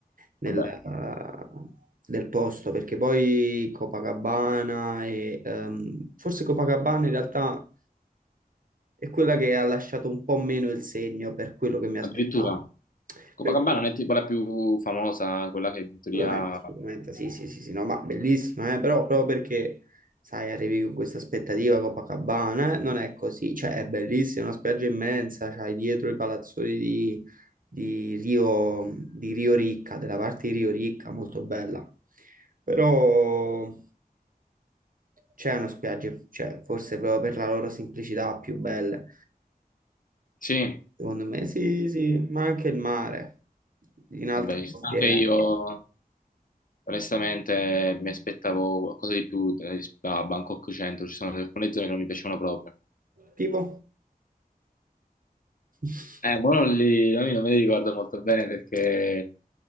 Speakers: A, on the right; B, on the left.
A: nel,
B: Vabbè,
A: eh, del posto, perché poi Copacabana e ehm, forse Copacabana in realtà è quella che ha lasciato un po' meno il segno per quello che mi aspettavo.
B: addirittura Copacabana
A: Per cui
B: non è tipo la più famosa, quella che in teoria...
A: Assolutamente, assolutamente, sì, sì, sì, sì, no, ma bellissima, eh, però proprio perché, sai, arrivi con questa aspettativa Copacabana, eh, non è così, cioè è bellissima, è una spiaggia immensa, c'hai dietro i palazzoni di, di Rio, di Rio Ricca, della parte di Rio Ricca, molto bella, però c'è una spiaggia, cioè, forse proprio per la loro semplicità più belle,
B: Sì,
A: secondo me, sì, sì, ma anche il mare, in altri
B: Vabbè, ci
A: posti,
B: sta anche
A: eh.
B: io onestamente mi aspettavo qualcosa di più eh, da Bangkok Centro, ci sono alcune zone che non mi piacevano proprio.
A: tipo... <laughs>
B: Eh, ma non, li, non mi non me li ricordo molto bene perché